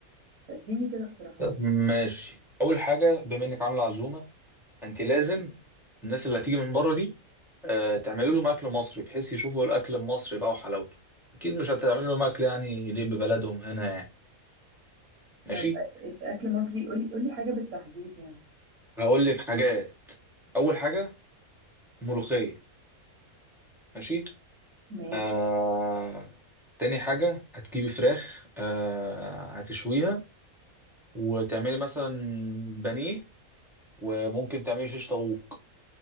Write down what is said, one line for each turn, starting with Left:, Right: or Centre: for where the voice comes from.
Right: تديني كده اقتراحات
Centre: طب ماشي اول حاجه بما انك عامله عزومه انت لازم الناس اللي هتيجي من بره دي آه، تعملي لهم اكل مصري بحيث يشوفوا الاكل المصري بقى وحلاوته اكيد مش هتعمل لهم اكل يعني ليه ببلدهم هنا يعني ماشي
Right: طب أ- اكل مصري قولي قولي حاجه بالتحديد يعني
Centre: هقول لك حاجات اول حاجه ملوخيه ماشي
Right: ماشي
Centre: آه... تاني حاجه هتجيبي فراخ آه... هتشويها وتعملي مثلا بانيه وممكن تعملي شيش طاووق